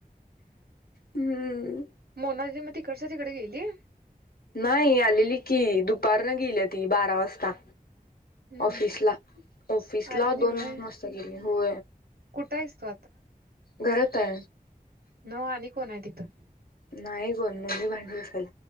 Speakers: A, on the left (about 75°); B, on the right (about 90°).
A: हम्म
B: मोना दिदी मग तिकडच्या तिकडे गेली
A: नाही आलेली की दुपारन गेली तीही बारा वाजता
B: हम्म
A: ऑफिस ला ऑफिस
B: आलेली
A: ला दोन
B: होय
A: वाजता गली हो
B: कुठं आहेस तू
A: घरात ता
B: न आणि कोण आहे तिथं
A: नाही कोण मगी भांडी असाल